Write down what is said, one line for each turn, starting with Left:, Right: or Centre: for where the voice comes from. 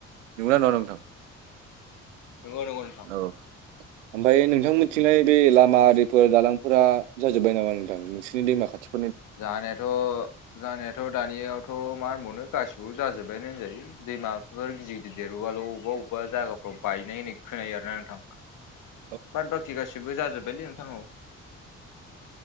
Right: नंगौना न'डा नोंथां?
Left: नंगौ नंगौ नोंथां
Right: औ ओमफ्राय नोंथां मिथिनाय बे लामा आरिफोर दालांफोरा जाजोबबाय नामा नोंथां नोंसोरनि दैमा खाथि
Left: जानायाथ' जानायाथ' दानियावथ' मा होनबावनो गासिबो जाजोब्बायानो होनजायो। दैमाफोर गिदिर गिदिर देरबोबाल' अबेबा अबेबा जायगाफ्राव बायनाय होननाय खोनायो आरो ना नोंथां।
Right: <inaudible>
Left: बार बाखि गासैबो जाजोब्बायलै नोंथां‌ औ।